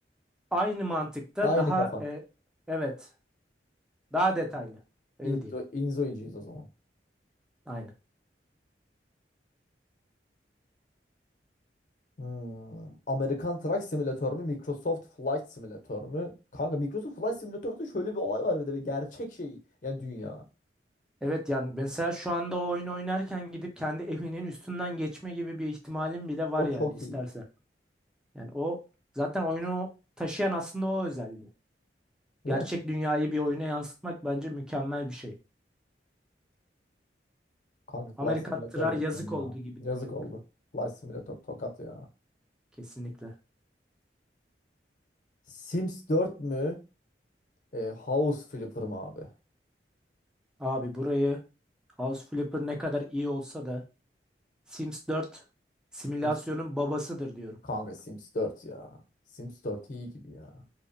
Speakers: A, in the centre; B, on the left.
A: Aynı mantıkta
B: Aynı
A: daha
B: kafa.
A: e, evet. Daha detaylı. Öyle
B: Inzo,
A: diyeyim.
B: Inzo'yucuyuz o zaman.
A: Aynen.
B: Hmm. Amerikan Truck Simulator mu? Microsoft Flight Simulator mu? Kanka Microsoft Flight Simulator'da şöyle bir olay var bir de bir gerçek şey. Yani dünya.
A: Evet yani mesela şu anda o oyun oynarken gidip kendi evinin üstünden geçme gibi bir ihtimalim bile var
B: O
A: yani
B: çok
A: istersen.
B: iyi.
A: Yani o zaten oyunu taşıyan aslında o özelliği.
B: Değil
A: Gerçek
B: mi?
A: dünyayı bir oyuna yansıtmak bence mükemmel bir şey.
B: Kanka Flight
A: Amerikan
B: Simulator
A: tırağı
B: yapıyorum
A: yazık
B: ya.
A: oldu gibi
B: Yazık
A: duruyor
B: oldu.
A: burada.
B: Flight Simulator tokat ya.
A: Kesinlikle.
B: Sims 4 mü? E, House Flipper mı abi?
A: Abi burayı House Flipper ne kadar iyi olsa da Sims 4 simülasyonun
B: Sims,
A: babasıdır diyorum.
B: kanka Sims 4 ya. Sims 4 iyi gibi ya.